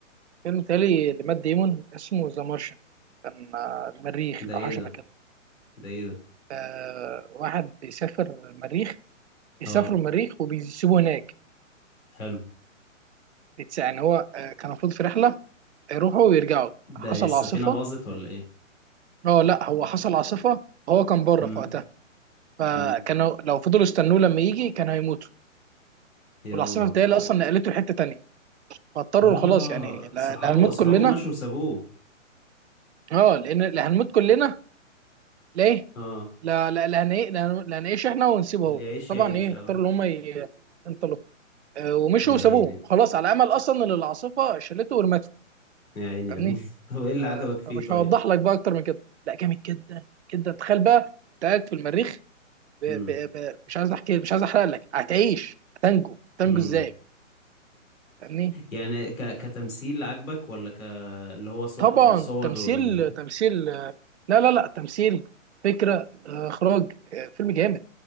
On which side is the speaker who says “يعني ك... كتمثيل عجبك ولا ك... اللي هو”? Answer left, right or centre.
Left